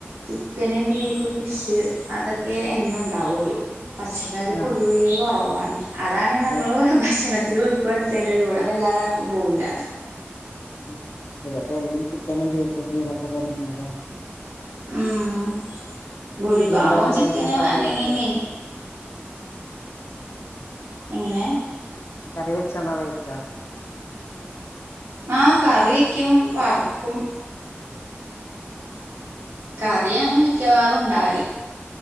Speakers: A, on the right (about 75°); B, on the left (about 70°).
A: ചിക്കന്, ബീഫ്, ഫിഷ്, അതൊക്കെ എന്നും ഉണ്ടാവോള്ളു പച്ചക്കറി
B: ആ
A: പൊതുവേ കോറവാണ് അതാണ് നമ്മള്
B: ആ,
A: ഭക്ഷണത്തി ത്തില് ഉൾപ്പെടുത്തേണ്ടത് ഇവിടെ വല്ലാതെ ആർക്കും പോവൂല
B: ഉം എന്നും ചിക്കനും, ബീഫും തീമട്ടതന്നെ ല്ലേ
A: ഉം ഭൂരിഭാഗവും
B: എന്താ കട്ടായിരുന്നു
A: ചിക്കന്,
B: കറി
A: അല്ലെങ്കി
B: വെക്കേ
A: മീന് എങ്ങനെ
B: കറിവെച്ചാണോ കഴിക്കാ
A: ആഹ് കറിവെക്ക്യും വറക്കും കറിയാണ് മിക്കവാറും ഉണ്ടാവല്